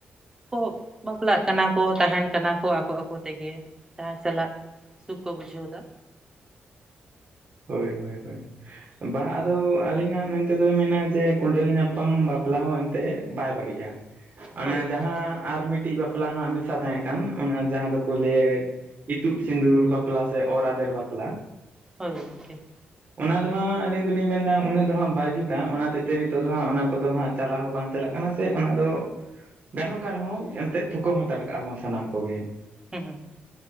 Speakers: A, on the right; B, on the right.
A: ᱠᱚ ᱵᱟᱯᱞᱟᱜ ᱠᱟᱱᱟ ᱠᱚ ᱛᱟᱦᱮᱸᱱ ᱠᱟᱱᱟ ᱠᱚ ᱟᱠᱚ ᱟᱠᱚ ᱛᱮᱜᱮ ᱡᱟᱦᱟᱸᱭ ᱥᱟᱞᱟᱜ ᱥᱩᱠ ᱠᱚ ᱵᱩᱡᱷᱟᱹᱣ ᱫᱟ,
B: ᱦᱳᱭ ᱦᱳᱭ ᱦᱳᱭ ᱾ ᱵᱟ ᱟᱫᱚ ᱟᱹᱞᱤᱧᱟᱜ ᱢᱮᱱᱛᱮᱫᱚᱭ ᱢᱮᱱᱟ ᱡᱮ ᱠᱚᱸᱰᱮᱞ ᱧᱟᱯᱟᱢ ᱵᱟᱯᱞᱟ ᱦᱚᱸ ᱮᱱ ᱛᱮ ᱵᱟᱭ ᱵᱟᱹᱲᱤᱡᱼᱟ, ᱚᱱᱮ
A: ᱦᱳᱭ ᱜᱚᱝᱠᱮ
B: ᱡᱟᱦᱟᱸ ᱟᱨ ᱢᱤᱫᱴᱤᱡ ᱵᱟᱯᱞᱟ ᱦᱟᱸᱜ ᱢᱮᱥᱟ ᱛᱟᱦᱮᱸ ᱠᱟᱱ ᱚᱱᱮ ᱡᱟᱦᱟᱸ ᱫᱚᱠᱚ ᱞᱟᱹᱭᱮᱛ ᱤᱛᱩᱫ ᱥᱤᱸᱫᱩᱨ ᱵᱟᱯᱞᱟ ᱥᱮ ᱚᱨ ᱟᱫᱮᱨ ᱵᱟᱯᱞᱟ,
A: ᱦᱳᱭ ᱜᱚᱝᱠᱮ ᱾
B: ᱚᱱᱟ ᱫᱚ ᱦᱟᱸᱜ ᱟᱹᱞᱤᱧ ᱫᱚᱞᱤᱧ ᱢᱮᱱᱫᱟ ᱩᱱᱟᱹᱜ ᱫᱚ ᱦᱟᱸᱜ ᱵᱟᱭ ᱡᱩᱛᱟ, ᱚᱱᱟᱛᱮ ᱛᱮ ᱱᱤᱛᱚᱜ ᱫᱚ ᱦᱟᱸᱜ ᱚᱱᱟ ᱠᱚᱫᱚ ᱦᱟᱸᱜ ᱪᱟᱞᱟᱣ ᱦᱚᱸ ᱵᱟᱝ ᱪᱟᱞᱟᱜ ᱠᱟᱱᱟ, ᱥᱮ ᱚᱱᱟ ᱫᱚ ᱜᱟᱱᱚᱜ ᱠᱟᱱ ᱨᱮᱦᱚᱸ ᱮᱱᱛᱮᱫ ᱛᱷᱩᱠᱟᱹᱢ ᱦᱟᱛᱟᱲ ᱠᱟᱜᱼᱟ ᱵᱚᱱ ᱥᱟᱱᱟᱢ ᱠᱚᱜᱮ ᱾
A: ᱦᱩᱸ ᱦᱩᱸ ᱾